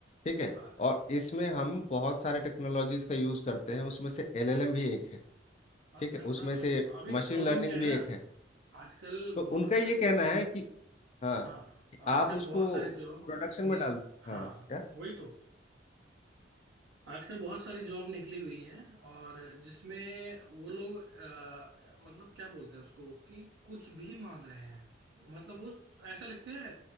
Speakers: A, on the left; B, on the right.
A: ठीक
B: वही
A: है
B: बात है
A: और इसमें हम बहुत सारे टेक्नोलॉजीज का यूज़ करते हैं उसमें से एलएलएम भी एक है
B: और
A: ठीक
B: मैं
A: है
B: बताता
A: उसमें
B: रहा
A: से
B: हूँ अभी
A: मशीन
B: प्रॉब्लम
A: लर्निंग
B: क्या है
A: भी
B: ना
A: एक है
B: आजकल
A: तो
B: बहुत
A: उनका ये
B: सारी
A: कहना है कि हाँ
B: हाँ
A: कि आप
B: आजकल
A: उसको
B: बहुत सारी जॉब
A: प्रोडक्शन
B: नि-
A: में डाल हाँ
B: हाँ
A: क्या
B: वही तो आजकल बहुत सारी जॉब निकली हुई हैं और जिसमें वो लोग अ, मतलब क्या बोलते हैं उसको कि कुछ भी मांग रहे हैं मतलब वो ऐसा लिखते हैं